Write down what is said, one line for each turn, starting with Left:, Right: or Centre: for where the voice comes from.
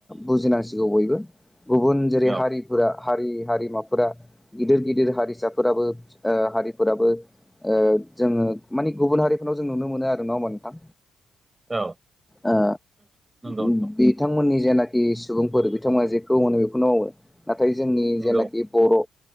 Centre: बुजिनांसिगौ बयबो गुबुन जेरै
Right: औ
Centre: हारिफोरा हारि हारिमाफोरा गिदिर गिदिर हारिसाफोराबो ओ हारि फोराबो ओ जोङो मानि गुबुन हारिफोरनाव जों नुनो मोनो आरो नङा होनबा नोंथां।
Right: औ औ
Centre: ओ
Right: नंगौ
Centre: ओम
Right: नंगौ
Centre: बिथांमोननि जेनाखि सुबुंफोर बिथांमोना जेखौ मोनो बेखौनो मावो नाथाय जोंनि
Right: नंगौ
Centre: जेनाखि बर'